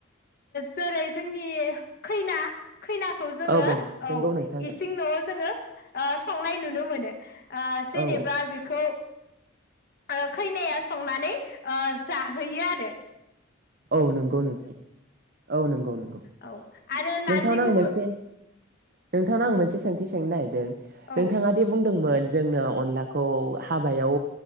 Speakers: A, on the left; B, on the right.
A: जेरै जोंनि खैना खैनाखौ जोंङो
B: औ
A: औ
B: नंगौ नोंथां
A: इसिं नआव जोंङो ओ संनाय नुनो मोनो। ओ जेनेबा
B: औ
A: बेखौ ओ खैनाया संनानै ओ जाहोयो आरो
B: औ नंगौ नोंथां। औ नंगौ नंगौ
A: औ आरो नारजिखौबो
B: नोंथांनाव आं मोनसे नोंथांनाव आं मोनसे सोंथि सोंनो नागिरदों
A: औ
B: नोंथाङा दे बुंदोंमोन जोंनो अनलाखौ हाबायाव